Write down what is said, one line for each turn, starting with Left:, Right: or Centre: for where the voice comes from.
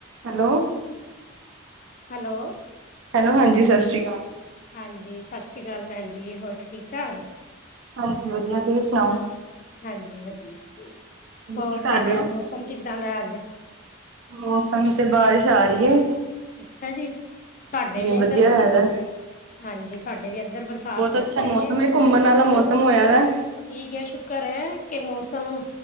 Right: ਹੈਲੋ
Left: ਹੈਲੋ
Right: ਹੈਲੋ ਹਾਂਜੀ ਸਤਿ ਸ਼੍ਰੀ ਅਕਾਲ
Left: ਹਾਂਜੀ ਸਤਿ ਸ਼੍ਰੀ ਅਕਾਲ ਭੈਣ ਜੀ ਹੋਰ ਠੀਕ ਠਾਕ
Right: ਹਾਂਜੀ ਵਧੀਆ ਤੁਸੀਂ ਸੁਣਾਓ
Left: ਹਾਂਜੀ ਵਧੀਆ ਵਧੀਆ। ਹੋਰ
Right: ਕੀ ਕਰ
Left: ਤਾਡੇ
Right: ਰਹੇ
Left: ਵਲ
Right: ਹੋ
Left: ਮੌਸਮ ਕਿੱਦਾਂ ਦਾ ਅੱਜ?
Right: ਮੌਸਮ ਤੇ ਬਾਰਿਸ਼ ਆ ਰਹੀ ਐ।
Left: ਅੱਛਾ ਜੀ, ਸਾਡੇ ਵੀ ਇੱਧਰ
Right: ਵਧੀਆ
Left: ਬਰਸਾਤ
Right: ਹੋਇਆ ਦਾ
Left: ਹਾਂਜੀ, ਸਾਡੇ ਵੀ ਇਧਰ ਬਰਸਾਤ
Right: ਬਹੁਤ
Left: ਲੱਗੇ
Right: ਅੱਛਾ
Left: ਵੀ ਐ, ਮੌਸਮ
Right: ਹੈ ਘੁੰਮਣ
Left: ਵਧੀਆ
Right: ਵਾਲਾ ਮੌਸਮ
Left: ਏ,
Right: ਹੋਇਆ ਦਾ
Left: ਚਲੋ ਠੀਕ ਹੈ ਸ਼ੁਕਰ ਹੈ ਕਿ ਮੌਸਮ